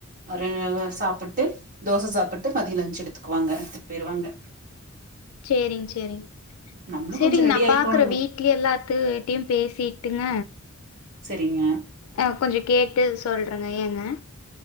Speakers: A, on the right; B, on the left.
A: ஒரு சாப்ட்டு தோச சாப்புட்டு மதியோ லன்ச்சு எடுத்துக்குவாங்க எடுத்து போயிருவாங்க
B: சேரிங் சேரிங்
A: நம்மளு
B: சேரிங்
A: கொஞ்சோ ரெடி
B: நா
A: ஆயிக்கோணுங்க
B: பாக்கற வீ ட்ல எல்லாத்துட்டயு பேசிட்டுங்க
A: செரிங்க
B: ஆ கொஞ்சோ கேட்டு சொல்றங்க ஏங்க